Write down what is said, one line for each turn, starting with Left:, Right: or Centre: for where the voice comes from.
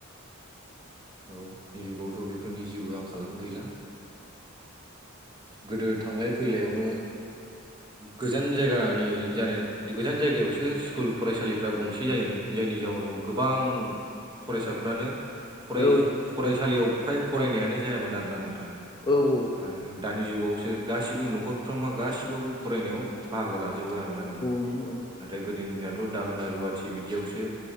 Right: औ आानि जुगावथ' बेफोरनि जेबो आंखाल गैला। गोदो थांलाय फैलायावनो गोजान जायगानि जानाय गोजान जायगायावसो स्कुल फरायसालिफ्रा गंसे जायोमोन जायनि जाउनाव गोबां फरायसाफ्रानो फ
Left: औ
Right: फरायसालियाव फ्राय फरायनायानो जायामोन आरोना नोंथां
Left: औ
Right: आरो दानि जुगावसो गासिबो न'खरफ्रोमा गासिबाबबो फरायनायाव बाहागो लाजोबो आरोना नोंथां नाथाय
Left: नंगौ नंगौ
Right: गोदोनि दिमायथ' दाहोना रुवाथि बिदियावसो